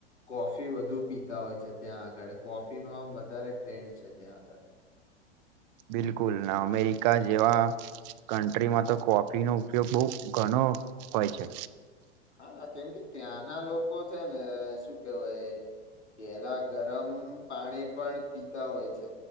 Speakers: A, on the left; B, on the right.
A: કોફી વધુ પીતા હોય છે ત્યાં આગળ. કોફી નો આમ વધારે ટ્રેન્ડ છે ત્યાં આગળ.
B: બિલકુલ ના અમેરિકા જેવા કન્ટ્રીમાં તો કોફી નો ઉપયોગ બહુ ઘણો હોય છે.
A: હા કેમ કે ત્યાંના લોકો છે ને, શું કેવાય પેલા ગરમ પાણી પણ પીતા હોય છે.